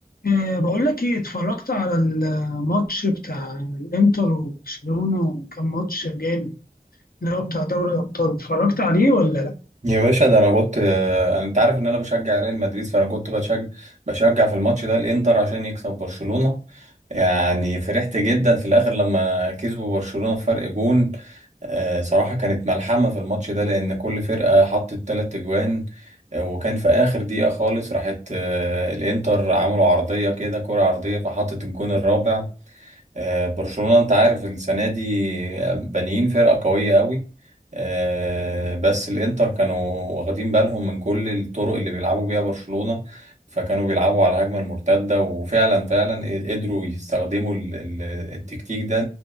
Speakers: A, on the left; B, on the right.
A: إيه، بقول لك ايه اتفرجت على الماتش بتاع الانتر وبرشلونة وكان ماتش جامد اللي هو بتاع دوري الابطال اتفرجت عليه ولا لا
B: يا باشا ده انا كنت آه، انت عارف ان انا بشجع ريال مدريد فانا كنت بشجع بشجع في الماتش ده الانتر عشان يكسب برشلونة يعني فرحت جدا في الاخر لما كسبوا برشلونة فرق جون آه، صراحة كانت ملحمة في الماتش ده لان كل فرقة حطت تلات اجوان آه، وكان في اخر دقيقة خالص راحت آه، الانتر عملوا عرضية كده كرة عرضية فحطت الجون الرابع آه، برشلونة انت عارف السنة دي بانيين فرقة قوية قوي آه، بس الانتر كانوا واخدين بالهم من كل الطرق اللي بيلعبوا بيها برشلونة فكانوا بيلعبوا على الهجمة المرتدة وفعلا فعلا قدروا يستخدموا ال- ال- التكتيك ده